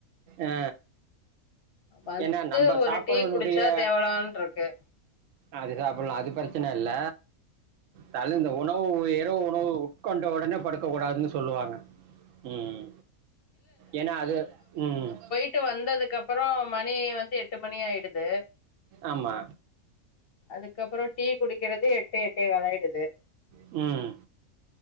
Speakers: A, on the right (about 65°); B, on the left (about 50°).
A: ஆ
B: வந்து
A: ஏன்னா நம்ம
B: ஒரு
A: சாப்பறதுனுடைய
B: டீ குடிச்சா தேவலான்ருக்கு
A: அது சாப்ல்லா அது பிரச்சன இல்ல தல
B: ம்
A: இந்த உணவு இரவு உணவு உ ட்கொண்ட ஒடனே படுக்க கூடாதுனு சொல்லுவாங்க ம் ஏன்னா அது ம்
B: விட்டு வந்ததுக்கு அப்றோ மணி வந்து எட்டு மணி ஆயிடுது
A: ஆம்மா
B: அதுக்கப்றோ டீ குடிக்கறது எட்டு எட்டே காலாயிடுது
A: ம்